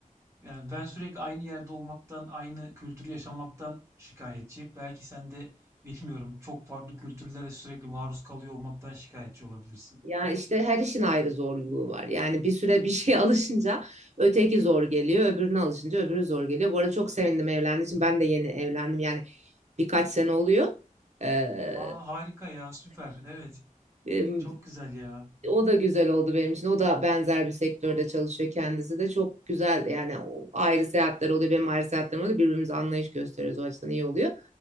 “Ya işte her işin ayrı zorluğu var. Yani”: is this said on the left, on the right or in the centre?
Right